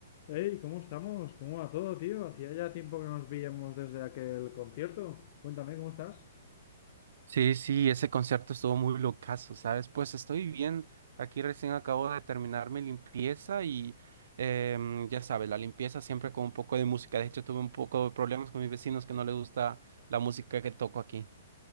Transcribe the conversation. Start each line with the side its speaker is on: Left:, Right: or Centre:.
Left: Hey, ¿cómo estamos? ¿Cómo va todo, tío? Hacía ya tiempo que nos veíamos desde aquel concierto. Cuéntame, ¿cómo estás?
Right: Sí, sí, ese concierto estuvo muy locazo, ¿sabes? Pues estoy bien. Aquí recién acabo de terminar mi limpieza y em, ya sabes, la limpieza siempre con un poco de música. De hecho, tuve un poco de problemas con mis vecinos que no les gusta la música que toco aquí.